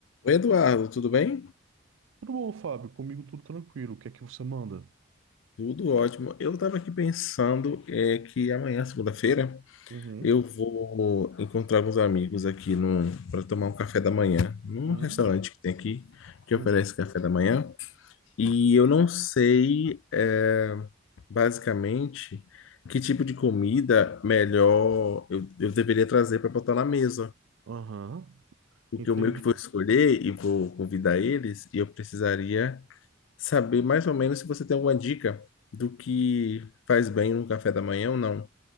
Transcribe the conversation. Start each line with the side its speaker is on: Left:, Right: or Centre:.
Left: Oi, Eduardo, tudo bem?
Right: Tudo bom, Fábio? Comigo tudo tranquilo. O que é que você manda?
Left: Tudo ótimo. Eu estava aqui pensando é, que amanhã, segunda-feira,
Right: Uhum.
Left: eu vou encontrar alguns amigos aqui para tomar um café da manhã, num
Right: Uhum.
Left: restaurante que tem aqui, que
Right: Uhum.
Left: oferece café da manhã. E eu não sei, é, basicamente, que tipo de comida melhor eu, eu deveria trazer para botar na mesa.
Right: Aham.
Left: Porque
Right: Entendi.
Left: o meu que vou escolher e vou convidar eles, e eu precisaria. saber mais ou menos se você tem alguma dica do que faz bem no café da manhã ou não.